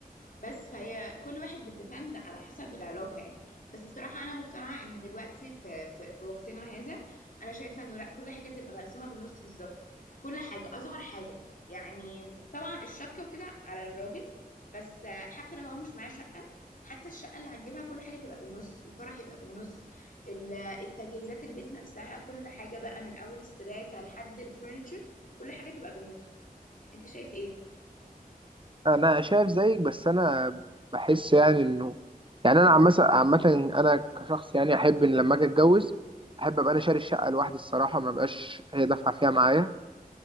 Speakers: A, on the left; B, on the right.
A: بس فهي كل واحد بتديبند على حسب العلاقة يعني بس الصراحة أنا مقتنعة إن دلوقتي في, في, في وقتنا هذا أنا شايفة إنه لأ كل حاجة تبقى مقسومة بالنص بالظبط كل حاجة أصغر حاجة يعني طبعا الشبكة وكده على الراجل بس آه، حتى لو هو مش معاه شقة حتى الشقة اللي هنجيبها كل حاجة تبقى بالنص الفرح يبقى بالنص ال- التجهيزات البيت نفسها كل حاجة بقى من أول السباكة لحد الفurniture كل حاجة تبقى بالنص أنت شايف إيه؟
B: انا شايف زيك بس انا بحس يعني انه يعني انا عامه عامه انا كشخص يعني احب ان لما اجي اتجوز احب ابقى انا شاري الشقه لوحدي الصراحه ما بقاش هي دافعه فيها معايا